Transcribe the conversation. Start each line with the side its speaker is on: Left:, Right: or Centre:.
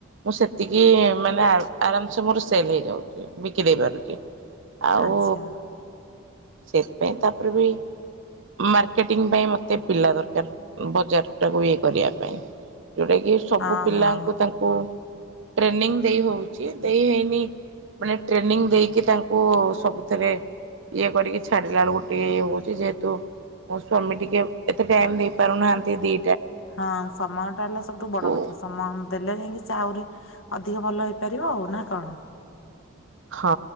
Right: ମୁଁ ସେତିକି ମାନେ ଆରାମସେ ମୋର ସେଲ ହେଇଯାଉଛି। ବିକ୍ରି ହେଇ ପାରୁଛି। ଆଉ
Left: ଆଚ୍ଛା।
Right: ସେଥିପାଇଁ ତାପରେ ବି ମାର୍କେଟିଂ ପାଇଁ ମତେ ପିଲା ଦରକାର, ବଜାର ଟାକୁ ଇଏ କରିବା ପାଇଁ ଯୋଉଟା କିି ସବୁ
Left: ହଁ
Right: ପିଲାଙ୍କୁ
Left: ହଁ
Right: ତାଙ୍କୁ ଟ୍ରେନିଂ ଦେଇ ହଉଛି। ଦେଇ ହେଇନି ମାନେ ଟ୍ରେନିଂ ଦେଇକି ତାଙ୍କୁ ସବୁଥିରେ ଇଏ କରିକି ଛାଡିଲା ବେଳକୁ ଟିକେ ଇଏ ହଉଛି, ଯେହେତୁ ମୋ ସ୍ଵାମୀ ଟିକେ ଏତେ ଟାଇମ ଦେଇ ପାରୁନାହାନ୍ତି। ଦି
Left: ହଁ ସମୟ ଟା ହେଲା ସବୁଠୁ ବଡ
Right: କୁ
Left: କଥା। <unintelligible> ମାନ ଦେଲେ ଯାଇଁକି ଆହୁରି ଅଧିକ ଭଲ ହେଇପାରିବ ଆଉ ନା କଣ?
Right: ହଁ,